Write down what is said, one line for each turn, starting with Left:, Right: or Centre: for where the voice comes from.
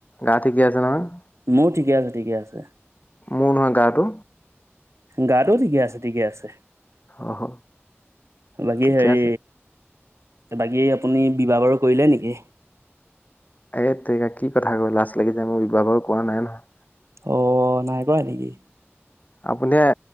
Left: গা ঠিকেই আছে নহয়?
Right: মো ঠিকে আছে ঠিকে আছে।
Left: মো নহয় গাটো?
Right: গাটো ঠিকে আছে ঠিকে আছে।
Left: অ হ
Right: বাকী
Left: ঠিকে
Right: হেৰি
Left: আছে
Right: বাকী আপুনি বিবাহ বাৰু কৰিলে নেকি?
Left: এ তেৰিকা কি কথা কৈ লাজ লাগি যায় মোৰ বিবাহ বাৰু কৰা নাই নহয়।
Right: অ নাই কৰোৱা নেকি?
Left: আপুনিয়ে